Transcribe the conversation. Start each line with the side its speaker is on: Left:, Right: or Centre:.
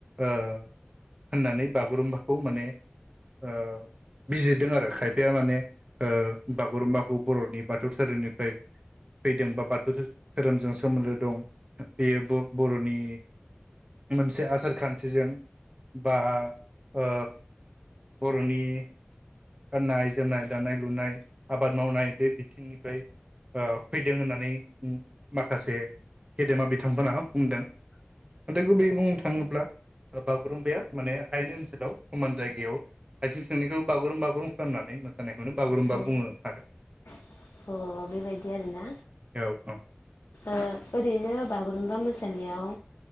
Right: ओ होन्नानै बागुरुम्बाखौ माने ओ बिजिर दों आरो खायफाया माने ओ बागुरुम्बाखौ बर'नि बाथौ धोरोमनिफ्राय फैदों बा बाथौ धो धोरोमजों सोमोन्दो दं बेयो बु बर'नि मोनसे आसार खान्थिजों बा ओ बर'नि नि गान्नाय, जोमनाय, दानाय, लुनाय, आबाद मावनाय बे बिथिंनिफ्राय ओ फैदों होन्नानै माखासे गेदेमा बिथांमोनहा बुंदों। नाथाय गुबैयै बुंनो थाङोब्ला बागुरुम्बाया माने हायेन ओन्सोलाव समान जायगायाव आयथिं थोंनैखौ बागुरुम बागुरुम <unintelligible> खालामनानै मोसानाय बेखौनो बागुरुम्बा
Left: उम
Right: बुङो आरो।
Left: अ बेबायदि आरो ना
Right: औ औ
Left: ओ ओरैनो बागुरु रुम्बा मोसानायाव